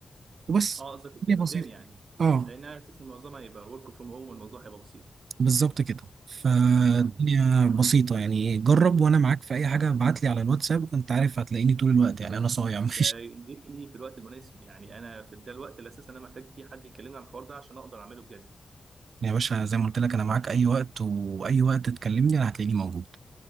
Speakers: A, on the right; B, on the right.
A: وبس
B: اه قصدك قد-
A: الدنيا
B: قدام
A: بسيطة
B: يعني
A: أه
B: لان انا اساس معظمها هيبقى ورك فروم هوم والموضوع هيبقى بسيط
A: بالظبط كده فالدنيا
B: فاهمك
A: بسيطة يعني جرب وأنا معاك في أي حاجة ابعت لي على الواتساب أنت عارف هتلاقيني طول الوقت يعني أنا صايع <laughs> مفيش
B: آه، جيتني في الوقت المناسب يعني انا في ده الوقت اللي اساسا انا محتاج فيه حد يكلمني عن الحوار ده عشان اقدر اعمله بجد
A: يا باشا زي ما قلت لك انا معاك اي وقت واي وقت تكلمني انا هتلاقيني موجود